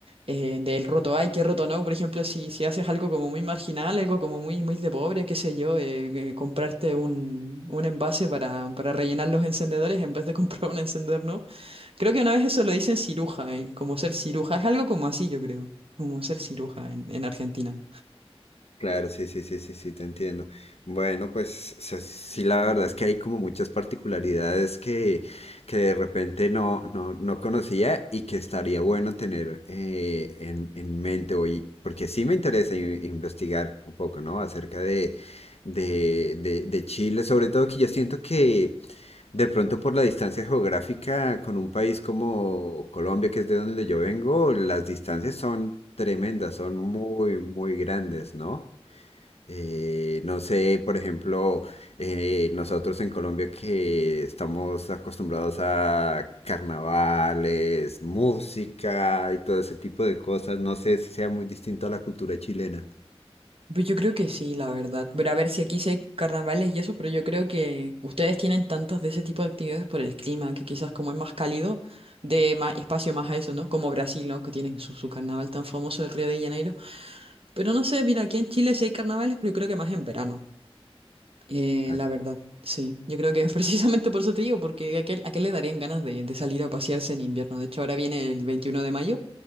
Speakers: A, on the right (about 65°); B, on the left (about 80°).
A: eh, del roto, ay, qué roto, ¿no? Por ejemplo, si, si haces algo como muy marginal, algo como muy, muy de pobre, qué sé yo, eh, eh, comprarte un, un envase para, para rellenar los encendedores en vez de <laughs> comprar un encendedor, ¿no? Creo que una vez eso lo dicen ciruja, ¿eh? Como ser ciruja. Es algo como así, yo creo. Como ser ciruja en, en Argentina.
B: Claro, sí, sí, sí, sí, sí, te entiendo. Bueno, pues se- sí, la verdad es que hay como muchas particularidades que, que de repente no, no, no conocía y que estaría bueno tener eh, en, en mente hoy, porque sí me interesa in- investigar un poco, ¿no? Acerca de, de, de, de Chile, sobre todo que yo siento que De pronto por la distancia geográfica con un país como Colombia, que es de donde yo vengo, las distancias son tremendas, son muy, muy grandes, ¿no? Eh, no sé, por ejemplo, eh, nosotros en Colombia que estamos acostumbrados a carnavales, música y todo ese tipo de cosas, no sé si sea muy distinto a la cultura chilena.
A: Pues yo creo que sí, la verdad. Pero a ver si aquí sí hay carnavales y eso, pero yo creo que ustedes tienen tantos de ese tipo de actividades por el clima, que quizás como es más cálido, de más espacio más a eso, ¿no? Como Brasil, ¿no? Que tienen su, su carnaval tan famoso, el Río de Janeiro. Pero no sé, mira, aquí en Chile sí hay carnavales, pero yo creo que más en verano. Eh,
B: Claro.
A: la verdad, sí. Yo creo que <laughs> precisamente por eso te digo, porque a qué, a qué le darían ganas de, de salir a pasearse en invierno. De hecho, ahora viene el 21 de mayo,